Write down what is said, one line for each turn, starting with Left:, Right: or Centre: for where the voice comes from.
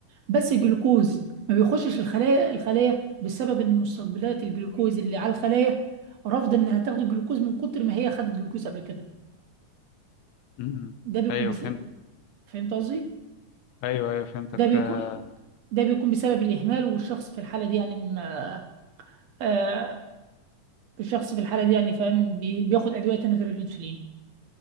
Right: بس الجلوكوز ما بيخشش الخلايا الخلايا بسبب إن مستقبلات الجلوكوز اللي على الخلايا رافضة إنها تاخد الجلوكوز من كتر ما هي خدت جلوكوز قبل كده
Left: امم
Right: ده بيكون
Left: ايوه
Right: بس...
Left: فهمت
Right: فهمت قصدي؟
Left: ايوه ايوه فهمتك
Right: ده بيكون
Left: آه،
Right: ده بيكون بسبب الإهمال والشخص في الحالة دي يعني ما- آه، الشخص في الحالة دي يعني فاهم بي- بياخد أدوية تاني غير الأنسولين